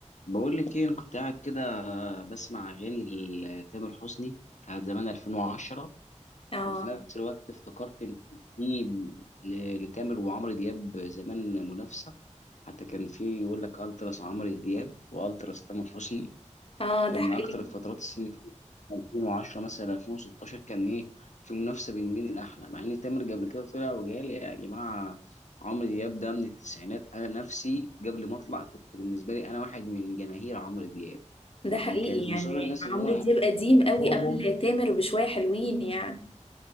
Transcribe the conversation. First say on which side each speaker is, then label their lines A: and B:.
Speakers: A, on the left; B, on the left.
A: بقول لك ايه انا كنت قاعد كده بسمع اغاني لتامر حسني بتاعت زمان 2010
B: اه
A: وفي نفس الوقت افتكرت ان كان في ل- لتامر وعمرو دياب زمان منافسه حتى كان في يقول لك التراس عمرو دياب والتراس تامر حسني
B: اه
A: كان
B: ده
A: من
B: حقيقي
A: اكتر الفترات السنة اللي فاتت 2010 مثلا 2016 كان ايه في منافسه بين مين الاحلى مع ان تامر قبل كده طلع وقال يا جماعه عمرو دياب ده من التسعينات انا نفسي قبل ما اطلع كنت بالنسبه لي انا واحد من جماهير عمرو دياب
B: ده
A: لكن
B: حقيقي
A: كانت مصر
B: يعني
A: الناس
B: عمرو
A: ان هو
B: دياب قديم قوي
A: يحبهم
B: قبل تامر بشوية حلوين يعني